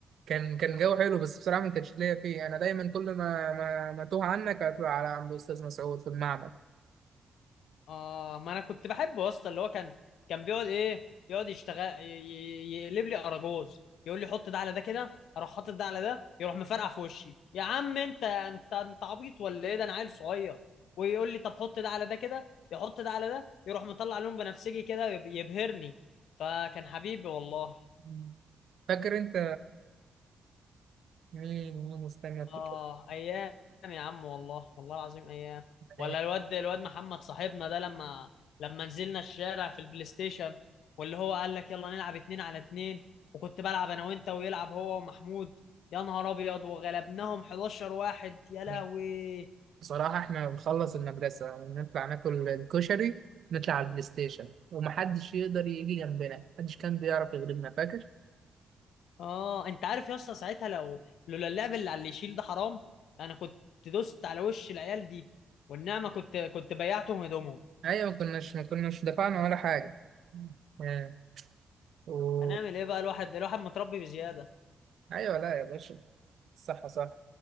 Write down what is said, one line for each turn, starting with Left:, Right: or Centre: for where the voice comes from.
Right: كان كان جو حلو بس بصراحه ما كانش ليا فيه انا دايما كل ما ما ما توه عنك هطلع على عند استاذ مسعود في المعمل
Left: اه ما انا كنت بحبه يا اسطى اللي هو كان كان بيقعد ايه يقعد يشتغل ي- ي- يقلب لي اراجوز يقول لي حط ده على ده كده اروح حاطط ده على ده يروح مفرقع في وشي يا عم انت انت انت عبيط ولا ايه ده انا عيل صغير ويقول لي طب حط ده على ده كده يحط ده على ده يروح مطلع لون بنفسجي كده يب- يبهرني فكان حبيبي والله
Right: <laughs> فاكر انت مين مين استنى افتكر
Left: اه ايام يا عم والله والله العظيم ايام
Right: الأيام
Left: ولا الواد الواد محمد صاحبنا ده لما لما نزلنا الشارع في البلاي ستيشن واللي هو قال لك يلا نلعب اتنين على اتنين وكنت بلعب انا وانت ويلعب هو ومحمود يا نهار ابيض وغلبناهم 11 واحد يا لهوي
Right: دي. بصراحة احنا بنخلص المدرسة ونطلع ناكل الكشري نطلع على البلاي ستيشن ومحدش يقدر يجي جنبنا محدش كان بيعرف يغلبنا فاكر؟
Left: اه انت عارف يا اسطى ساعتها لو لولا اللعب اللي على اللي يشيل ده حرام انا كنت دوست على وش العيال دي والنعمه كنت كنت بيعتهم هدومهم
Right: ايوه ما كناش ما كناش دفعنا ولا حاجة آه، و...
Left: هنعمل ايه بقى الواحد الواحد متربي بزياده
Right: ايوه لا يا باشا صح صح